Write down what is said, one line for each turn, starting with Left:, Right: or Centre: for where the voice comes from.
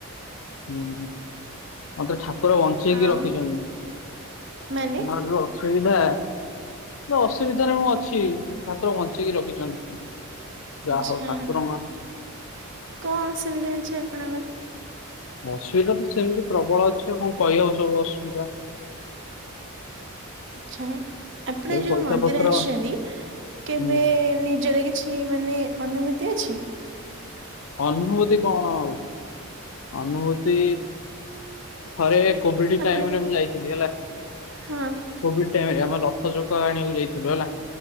Left: ହୁଁ ଆ ତ ଠା ଉପରେ ବଞ୍ଚେଇକି
Right: ଆଉ
Left: ରଖିଚନ୍ତି।
Right: ମାନେ
Left: ମର ଯୋଉ ଅସୁବିଧା ଅସୁବିଧାରେ ମୁଁ ଅଛି ଠାକୁର ବଞ୍ଚେଇକି ରଖିଚନ୍ତି <unintelligible> ଯାହଉ
Right: ଆଚ୍ଛା
Left: ଠାକୁର <unintelligible>
Right: କଣ ଅସୁବିଧା ଅଛି ଆପଣଙ୍କର।
Left: ଅସୁବିଧା ତ ସେମିତି ପ୍ରବଳ ଅଛି ଆଉ କଁ କହିହବ ସବୁ ଅସୁବିଧା।
Right: ଆଛା ଆପଣ
Left: ଏଇ
Right: ଯୋଉ
Left: ପଇସା
Right: ମନ୍ଦିର
Left: ପତ୍ର
Right: ଆସିଛନ୍ତି କେବେ
Left: ହୁଁ
Right: ନିଜରେ କି ଛି ମାନେ ଅନୁଭୂତି ଅଛି।
Left: ଅନୁଭୂତି କଣ ଆଉ ଅନୁଭୂତି। ଥରେ କୋଭିଡ଼ି
Right: ଆପଣ
Left: ଟାଇମରେ
Right: କେବେ
Left: ମୁଁ ଯାଇଥିଲି ହେଲା।
Right: ହଁ
Left: କୋଭିଡ଼ି ଟାଇମ ରେ ଆମେ ରଥଚକ ଆଣିବାକୁ ଯାଇଥିଲୁ ହେଲା।